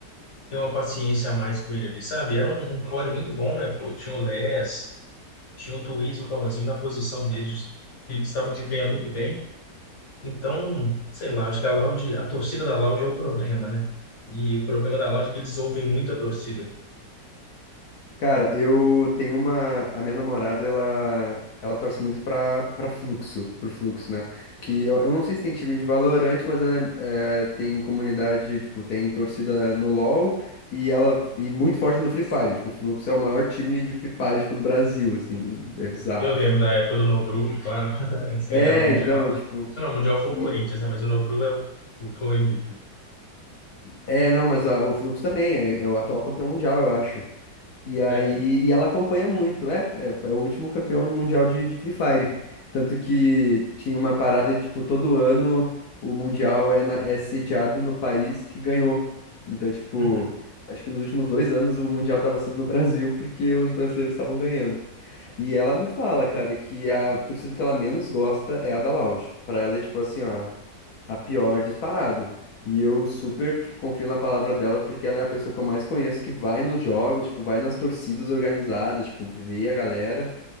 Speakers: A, on the left; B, on the left.
A: ter uma paciência a mais com ele ali, sabe? Era um, um core muito bom, né? Pô, tinha o Les, tinha o Twiz, o Palazinho na posição deles, que eles estavam desempenhando muito bem. Então, sei lá, acho que a Loud, a torcida da Loud é o problema, né? E o problema da Loud é que eles ouvem muito a torcida.
B: Cara, eu tenho uma. A minha namorada, ela. Ela torce muito pra, pra Fluxo, pro Fluxo, né? Que eu, eu não sei se tem time de Valorant, mas ela é- é, tem comunidade, tipo, tem torcida no LoL e ela e muito forte no Free Fire. Tipo, o Fluxo é o maior time de Free Fire, tipo, do Brasil, assim, é bizarro.
A: Eu lembro da época do Nobru, pá, <laughs> eles ganharam
B: É,
A: o Mundial,
B: então, tipo.
A: né? Não, o Mundial foi
B: e-
A: o Corinthians, né? Mas o Nobru é o, o- foi o MVP.
B: é, não, mas a- o Fluxo também é, é o atual campeão mundial, eu acho. E aí,
A: Sério?
B: e ela acompanha muito, é, é, é o último campeão mundial de, de Free Fire. Tanto que tinha uma parada de, tipo, todo ano o mundial é, na- é sediado no país que ganhou. Então, tipo,
A: Uhum.
B: acho que nos últimos dois anos o mundial tava sendo no Brasil porque os brasileiros estavam ganhando. E ela me fala, cara, que a torcida que ela menos gosta é a da Loud. Pra ela é tipo assim, ó, a pior disparado. E eu super, tipo, confio na palavra dela porque ela é a pessoa que eu mais conheço que vai nos jogos, tipo, vai nas torcidas organizadas, tipo, vê a galera